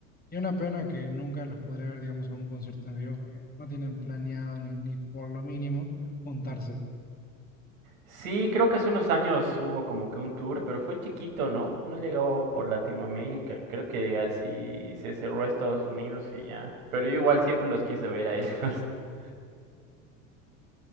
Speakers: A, on the left; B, on the right.
A: y una pena que nunca los podré ver, digamos, en un concierto en vivo porque no tienen planeado ni, ni por lo mínimo juntarse.
B: Sí, creo que hace unos años hubo como que un tour, pero fue chiquito, ¿no? No llegaba por Latinoamérica. Creo que así se cerró a Estados Unidos y ya. Pero yo igual siempre los quise ver a ellos. <laughs>
A: Sí, un poco triste.